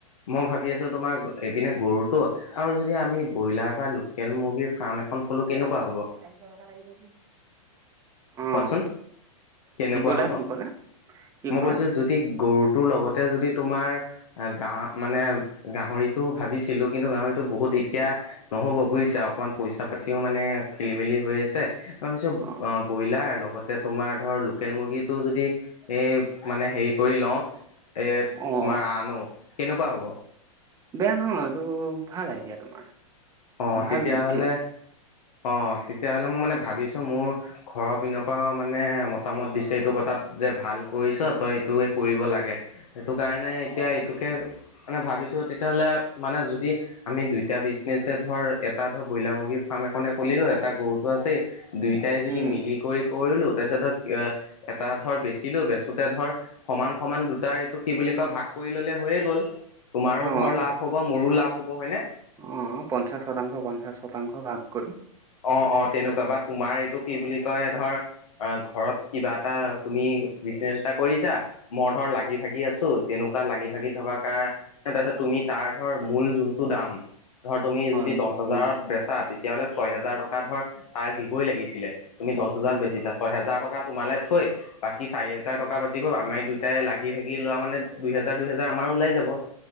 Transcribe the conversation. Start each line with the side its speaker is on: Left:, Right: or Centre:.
Left: মই ভাবি আছোঁ তোমাৰ এইপিনে গৰুতটো আৰু যদি আমি ব্ৰইলাৰ বা লোকেল মুৰ্গীৰ ফাৰ্ম এখন খোলো কেনেকুৱা হ'ব?
Right: চাৰিশ টকা লাগিব। অ',
Left: কোৱাচোন কেনেকুৱা
Right: কি ক'লা
Left: হ'ব?
Right: কি ক'লা কি
Left: মই
Right: ক'লা
Left: কৈছো যদি গৰুটোৰ লগতে যদি তোমাৰ গা মানে গাহৰিতটো ভাবিছিলোঁ কিন্তু গাহৰিতটো বহুত এতিয়া নহ'ব বুজিছা অকমান পইচা পাতিও মানে খেলি মেলি হৈ আছে মই ভাবিছো
Right: অ',
Left: ব্ৰইলাৰ লগতে তোমাৰ ধৰ লোকেল মুৰ্গীটো যদি এ, 'মানে হেৰি কৰি লওঁ এ
Right: অ',
Left: তোমাৰ আনো কেনেকুৱা হব?
Right: বেয়া নহয় এইটো ভাল আইডিয়া তোমাৰ।
Left: অ, '
Right: ভাল
Left: তেতিয়াহলে
Right: বুদ্ধি
Left: অ, 'তেতিয়াহ'লে মই মানে ভাবিছো মোৰ ঘৰৰ পিনৰ পৰা মানে মতামত দিছে এইটো কথাত যে, তই ভাল কৰিছ তই এইটো কৰিব লাগে। সেইটো কাৰণে এতিয়া এইটোকে মানে ভাবিছো তেতিয়া হ'লে মানে যদি আমি দুইটা বিজনেছে ধৰ এটা ধৰ ব্ৰইলাৰ মুৰ্গীৰ ফাৰ্ম এখন এখন খুলিলো হৈ এটা গৰুটো আছে দুইটাই
Right: উম
Left: যদি মিলি কৰি কৰিলো তাৰপিছত ধৰক এটা ধৰ বেচিলেও বেচোতে ধৰ সমান-সমান দুটাৰ এইটো কি বুলি কয় ভাগ কৰি ললে হৈয়ে গ'ল। তোমাৰো
Right: অ
Left: ধৰ লাভ
Right: ভা-
Left: হ'ব, মোৰো লাভ হ'ব, হয়নে?
Right: অ পঞ্চাশ শতাংশ, পঞ্চাশ শতাংশ ভাগ কৰি
Left: অ অ তেনেকুৱা বা তোমাৰ এইটো কি বুলি কয় ধৰ অ ঘৰত কিবা এটা তুমি বিজনেছ এটা কৰিছা মই ধৰ লাগি-ভাগি আছো, তেনেকুৱা লাগি ভাগি থকা কাৰ তাৰপিছত তুমি তাৰ ধৰ মূল যোনটো দাম ধৰ তুমি
Right: হয়
Left: যদি দহ হাজাৰত
Right: মোৰ
Left: বেচা তেতিয়া হ'লে, ছয় হোজাৰ টকা ধৰ তাৰ দিবই লাগিছিলে। তুমি দহ হাজাৰ
Right: উম
Left: বেছিচা, ছয় হোজাৰ টকা তোমালৈ থৈ বাকী চাৰি হাজাৰ বাচিব আমাৰ তাই লাগি-ভাগি লোৱা মানে দুইহেজাৰ দুইহেজাৰ আমাৰো ওলাই যাব।